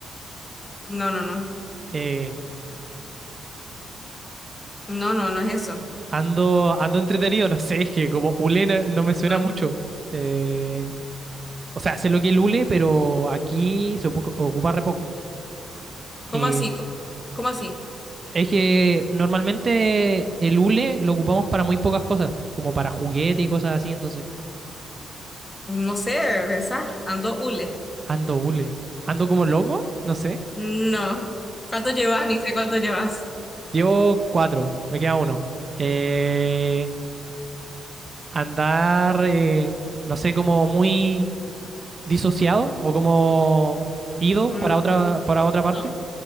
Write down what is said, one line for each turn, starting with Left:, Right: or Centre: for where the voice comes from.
Left: no, no, no.
Right: Eh,
Left: No, no, no es eso.
Right: ando, ando entretenido, <laughs> no sé, es que como hule no, no me suena
Left: No.
Right: mucho. Eh, o sea, sé lo que es el hule, pero aquí se ocu- ocupa re poco.
Left: ¿Cómo
Right: Eh,
Left: así? ¿Cómo, cómo así?
Right: es que normalmente el hule lo ocupamos para muy pocas cosas, como para juguete y cosas así, entonces
Left: No sé, pensá, ando hule.
Right: ando hule. Ando como loco, no sé.
Left: No. ¿Cuánto llevas? Ni sé cuánto llevas.
Right: Llevo cuatro, me queda uno. Eh, andar, eh, no sé, como muy disociado o como ido
Left: Mm,
Right: para otra, para otra parte.
Left: No,